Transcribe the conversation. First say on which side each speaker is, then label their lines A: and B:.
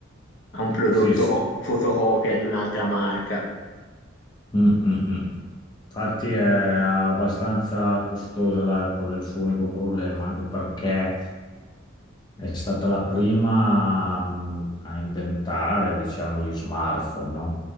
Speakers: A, on the left; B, on the left.
A: ha un prodotto
B: sì, sì.
A: co- fotocopia di un'altra marca.
B: Mm, mm, mm. Infatti è abbastanza costosa l'Apple, è il suo unico problema, anche perché È stata la prima mh, a inventare, diciamo, gli smartphone, no?